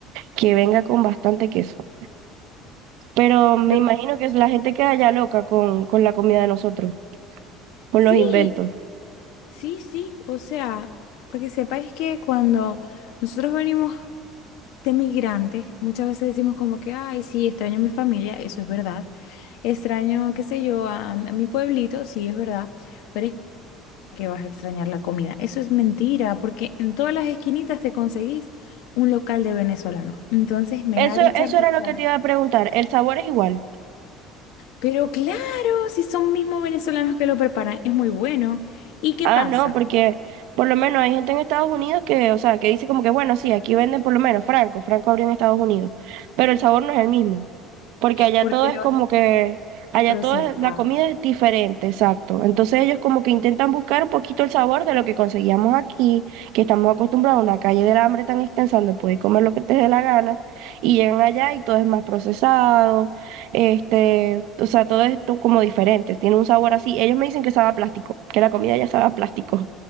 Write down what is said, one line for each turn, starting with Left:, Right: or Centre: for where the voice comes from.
Right: que venga con bastante queso. Pero me
Left: Lo-
Right: imagino que la gente queda ya loca con, con la comida de nosotros, con
Left: sí,
Right: los inventos.
Left: Sí, sí, o sea, para que sepáis que cuando nosotros venimos de migrantes, muchas veces decimos como que, ay, sí, extraño a mi familia, eso es verdad. Extraño, qué sé yo, a, a mi pueblito, sí, es verdad, pero es que vas a extrañar la comida. Eso es mentira, porque en todas las esquinitas te conseguís un local de venezolanos. Entonces me
Right: Eso,
Left: da mucha
Right: eso
Left: risa.
Right: era lo que te iba a preguntar. ¿El sabor es igual?
Left: Pero claro, si son mismos venezolanos que lo preparan, es muy bueno. ¿Y qué
Right: Ah,
Left: pasa?
Right: no, porque por lo menos hay gente en Estados Unidos que, o sea, que dice como que, bueno, sí, aquí venden por lo menos Franco, Franco abrió en Estados Unidos, pero el sabor no es el mismo porque allá
Left: Porque
Right: todo es
Left: lo
Right: como que, allá
Left: procesan.
Right: todo es- la comida es diferente, exacto. Entonces ellos como que intentan buscar un poquito el sabor de lo que conseguíamos aquí, que estamos acostumbrados a una calle del hambre tan extensa donde puedes comer lo que te dé la gana, y llegan allá y todo es más procesado, este, o sea, todo esto como diferente, tiene un sabor así. Ellos me dicen que sabe a plástico, que la comida ya sabe a plástico.